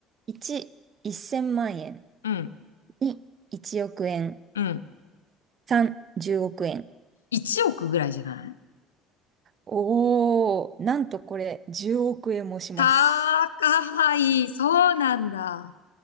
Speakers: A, on the right; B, on the left.
A: 1、1000万円。
B: うん、
A: 2、1億円。
B: うん。
A: 3、10億円。
B: 1億ぐらいじゃない
A: おー、なんとこれ10億円もします。
B: 高い。そうなんだ。